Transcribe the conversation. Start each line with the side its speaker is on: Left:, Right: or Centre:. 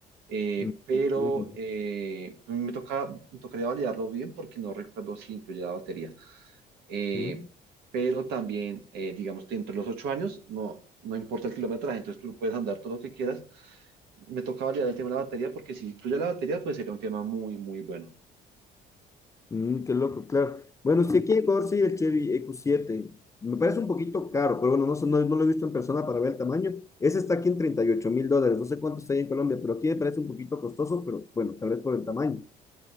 Right: Eh,
Left: Mm.
Right: pero
Left: mm.
Right: eh, pues, me toca, me tocaría validarlo bien porque no recuerdo si incluye la batería. Eh,
Left: Mm,
Right: pero también, eh, digamos, dentro de los ocho años, no, no importa el kilometraje, entonces tú lo puedes andar todo lo que quieras. Me toca validar el tema de la batería porque si incluye la batería, pues sería un tema muy, muy bueno.
Left: mm, qué loco, claro. Bueno, sí, aquí en Ecuador sí, el Chevy eq siete. Me parece un poquito caro, pero bueno, no, sé, no, no lo he visto en persona para ver el tamaño. Ese está aquí en treinta y ocho mil dólares. No sé cuánto está ahí en Colombia, pero aquí me parece un poquito costoso, pero bueno, tal vez por el tamaño.